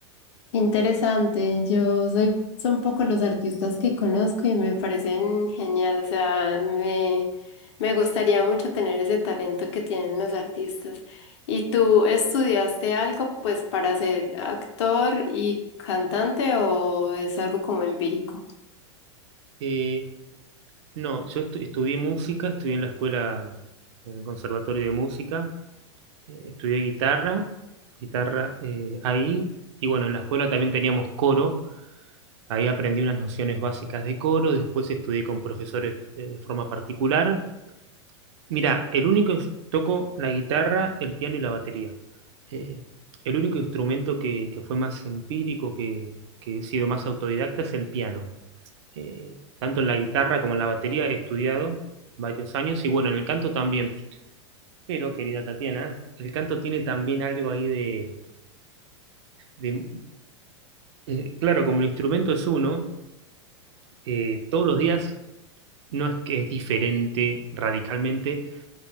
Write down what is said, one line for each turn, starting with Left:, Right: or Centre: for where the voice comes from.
Left: Interesante, yo soy, son pocos los artistas que conozco y me parecen genial, o sea, me, me gustaría mucho tener ese talento que tienen los artistas. ¿Y tú estudiaste algo pues para ser actor y cantante o es algo como empírico?
Right: Eh, no, yo estu- estudié música, estudié en la escuela, en el conservatorio de música, eh, estudié guitarra, guitarra eh, ahí, y bueno, en la escuela también teníamos coro, Ahí aprendí unas nociones básicas de coro, después estudié con profesores eh, de forma particular. Mira, el único toco la guitarra, el piano y la batería. Eh, el único instrumento que, que fue más empírico, que, que he sido más autodidacta, es el piano. Eh, tanto en la guitarra como en la batería he estudiado varios años y bueno, en el canto también. Pero, querida Tatiana, el canto tiene también algo ahí de... de- eh, claro, como el instrumento es uno, eh, todos los días no es que es diferente radicalmente,